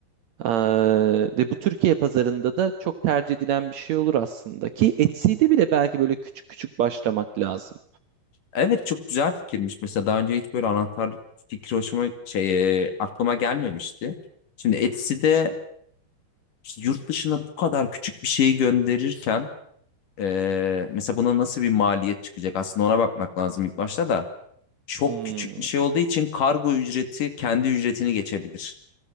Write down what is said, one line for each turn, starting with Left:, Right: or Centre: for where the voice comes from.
Right: e, ve bu Türkiye pazarında da çok tercih edilen bir şey olur aslında ki Etsy'de bile belki böyle küçük küçük başlamak lazım.
Left: Evet çok güzel fikirmiş. Mesela daha önce hiç böyle anahtarlık fikri hoşuma şey e, aklıma gelmemişti. Şimdi Etsy'de işte yurt dışına bu kadar küçük bir şeyi gönderirken e, mesela buna nasıl bir maliyet çıkacak? Aslında ona bakmak lazım ilk başta da. Çok
Right: Hmm,
Left: küçük bir şey olduğu için kargo ücreti kendi ücretini geçebilir.